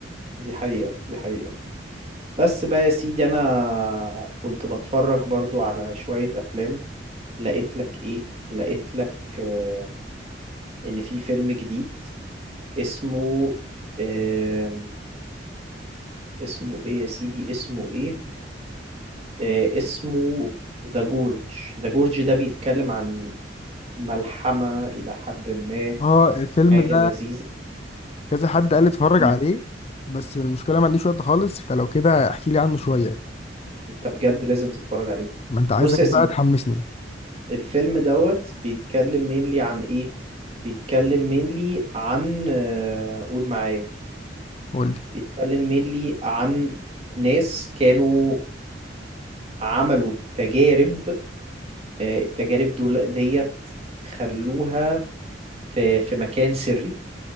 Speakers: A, on the right (about 35°); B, on the left (about 35°).
A: دي حقيقة دي حقيقة بس بقى يا سيدي انا كنت بتفرج برضو على شوية افلام لقيت لك ايه لقيت لك آم، ان في فيلم جديد اسمه آم، اسمه ايه يا سيدي اسمه ايه آه، اسمه ذا جورج ذا جورج ده بيتكلم عن ملحمة الى حد ما
B: اه الفيلم
A: حاجة
B: ده
A: لذيذة
B: كذا حد قال لي اتفرج
A: مم،
B: عليه بس المشكلة ما عنديش وقت خالص فلو كده احكي لي عنه شوية
A: انت بجد لازم تتفرج عليه
B: ما انت عايزك
A: بص يا
B: بقى
A: سيدي
B: تحمسني
A: الفيلم دوت بيتكلم مينلي عن ايه بيتكلم مينلي عن آه، قول معايا
B: قول لي
A: بيتكلم مينلي عن ناس كانوا عملوا تجارب آه، التجارب دول ديت خلوها في في مكان سري